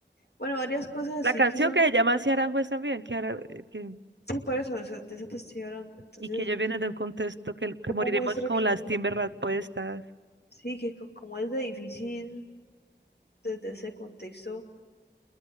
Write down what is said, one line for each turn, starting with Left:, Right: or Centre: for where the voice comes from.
Left: bueno, varias cosas así
Right: la canción
Left: que son,
Right: que se llama Así Aranjuez también, que, ahora, eh, que-
Left: sí, por eso, eso de eso te estoy hablando. Entonces,
Right: y que ellos vienen de un contexto que, que
Left: como
Right: moriremos
Left: muestra
Right: con
Left: que,
Right: las
Left: que
Right: Timberland puestas,
Left: sí, que como es de difícil desde ese contexto